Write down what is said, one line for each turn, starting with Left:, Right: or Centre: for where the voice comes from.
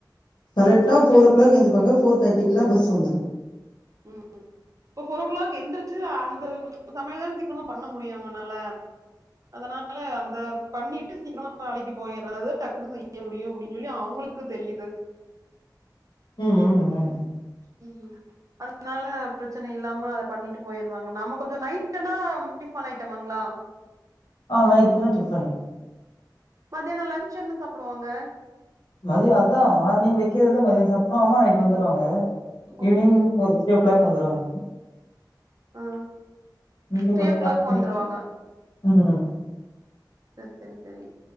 Left: கரெக்ட்டா ஃபோரோ கிளாக் ஏந்துப்பாங்க ஃபோர் தேர்ட்டிக்குல்லா பஸ் வந்துரு
Right: ம் ம் இப்போ ஃபோரோ கிளாக் எந்திருச்சி அந்த சமையல் தான சீக்கிரமா பண்ண முடியு அவங்களால அதனால அந்த பண்ணிட்டு சீக்கிரமா வேலைக்கு போயிறது டக்குன்னு செய்ய முடியு அப்டின்னு சொல்லி அவங்ளுக் க்கு தெரியுது
Left: ம் ம் ம்
Right: ம்ம் அனால பிரச்சன இல்லாம அத பண்ணிட்டு பொயிறாங்க நம்ம கொஞ்சோ நைட்டுனா டிஃபன் ஐட்டமாங்ளா
Left: ஆ நைட்னா டிஃபன்னு
Right: மதியானோ லன்ச் என்ன சாப்டுவாங்க
Left: மதியோ அதா மார்னிங் வக்கிறத மதியோ சாப்ட்ருவ அம்மா நைட் வந்துடுவாங்க
Right: ஓகே
Left: ஈவ்னிங் ஒரு த்ரீயோ கிளாக் வந்துடுவாங்க
Right: ஆ
Left: கொஞ்ச
Right: த்ரீ
Left: கொஞ்ச
Right: ஓ கிளாக்
Left: நேர் தூங்கிட்டு
Right: வந்துருவாங்க
Left: ம்
Right: சேரி சேரி சேரி